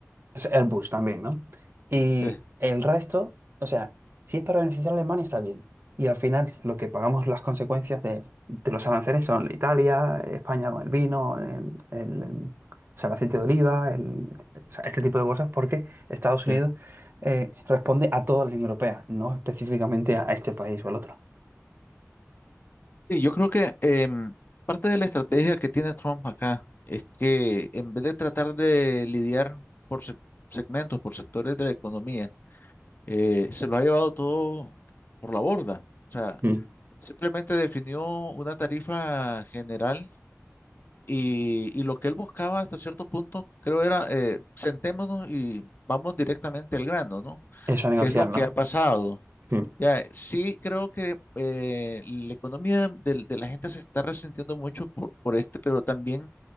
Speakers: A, on the right (about 45°); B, on the left (about 40°).
A: es Airbus también, ¿no? Y
B: sí,
A: el resto, o sea, si es para beneficiar a Alemania está bien. Y al final lo que pagamos las consecuencias de, de los aranceles son Italia, España con el vino, eh, el, em, o sea, el aceite de oliva, el- o sea, este tipo de cosas, porque Estados Unidos
B: sí.
A: eh, responde a toda la Unión Europea, no específicamente a, a este país o al otro.
B: Sí, yo creo que em, parte de la estrategia que tiene Trump acá es que en vez de tratar de lidiar por sec- segmentos, por sectores de la economía, eh, se lo ha llevado todo por la borda. O sea,
A: Mm,
B: simplemente definió una tarifa general Y, y lo que él buscaba hasta cierto punto, creo era, eh, sentémonos y vamos directamente al grano, ¿no?
A: Eso a negociar,
B: ¿Qué es lo que
A: ¿no?
B: ha pasado?
A: mm.
B: Ya, sí creo que eh, la economía de, de la gente se está resintiendo mucho por, por este, pero también,